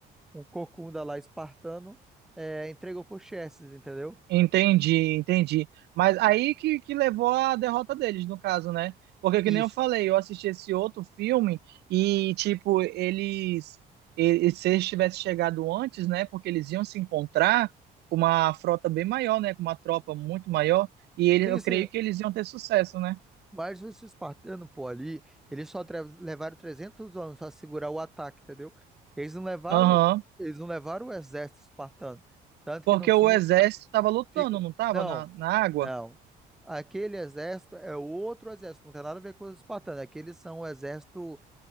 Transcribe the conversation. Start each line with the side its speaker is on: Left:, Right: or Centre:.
Centre: um corcunda lá espartano eh, entregou por Xerxes, entendeu?
Right: Entendi, entendi. Mas aí que, que levou à derrota deles, no caso, né? Porque,
Centre: Isso.
Right: que nem eu falei, eu assisti esse outro filme e, tipo, eles. e- e se eles tivessem chegado antes, né? Porque eles iam se encontrar com uma frota bem maior, né? Com uma tropa muito maior. E ele,
Centre: Sim,
Right: eu
Centre: sim.
Right: creio que eles iam ter sucesso, né?
Centre: Mas os espartanos, pô, ali, eles só tre- levaram 300 anos para segurar o ataque, entendeu? Eles não levaram,
Right: Aham.
Centre: eles não levaram o exército espartano. Tanto
Right: Porque
Centre: que no fim
Right: o exército estava lutando,
Centre: ficam.
Right: não estava
Centre: Não,
Right: na, na água?
Centre: não. Aquele exército é outro exército, não tem nada a ver com os espartanos. Aqueles são o exército